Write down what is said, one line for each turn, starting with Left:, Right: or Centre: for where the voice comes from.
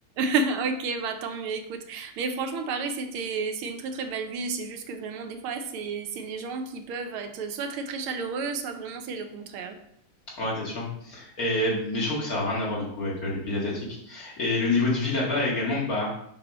Right: <laughs> Ok, bah tant mieux, écoute. Mais franchement, Paris, c'était, c'est une très très belle ville. C'est juste que vraiment, des fois, c'est, c'est les gens qui peuvent être soit très très chaleureux, soit vraiment c'est le contraire.
Left: Ouais, t'es sûr. Et, mais je trouve que ça a rien à voir du coup avec euh, les pays asiatiques. Et le niveau de vie là-bas également, bah,